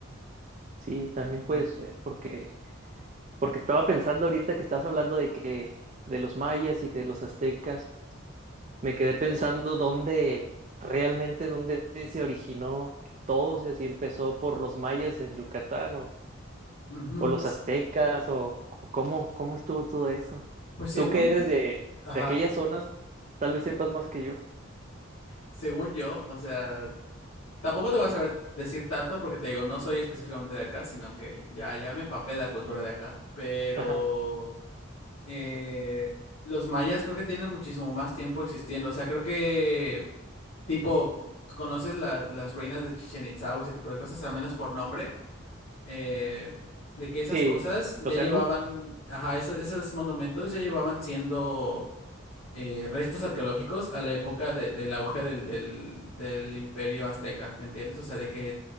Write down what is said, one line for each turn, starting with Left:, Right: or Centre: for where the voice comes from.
Right: sí, también
Left: Ujú,
Right: puede ser, porque Porque estaba pensando ahorita que estás hablando de que de los mayas y que de los aztecas, me quedé pensando dónde realmente dónde se originó todo, o sea, si empezó por los mayas en Yucatán o,
Left: ujú, ujú.
Right: o los
Left: s-
Right: aztecas o, o cómo cómo estuvo todo eso.
Left: Pues según,
Right: Tú que eres de,
Left: ajá.
Right: de aquellas zonas, tal vez sepas más que yo.
Left: Según yo, o sea, tampoco te voy a saber decir tanto porque te digo, no soy específicamente de acá, sino que ya, ya me empapé de la cultura de acá, pero
Right: Ajá.
Left: eh, los mayas creo que tienen muchísimo más tiempo existiendo, o sea, creo que tipo, conoces la- las ruinas de Chichen Itza o ese tipo de cosas, al menos por nombre, eh, de que esas
Right: Sí,
Left: cosas ya
Right: o sea,
Left: llevaban,
Right: nu-
Left: ajá, esos, esos monumentos ya llevaban siendo eh, restos arqueológicos a la época de- del auge del, del, del imperio azteca, ¿me entiendes? O sea, de que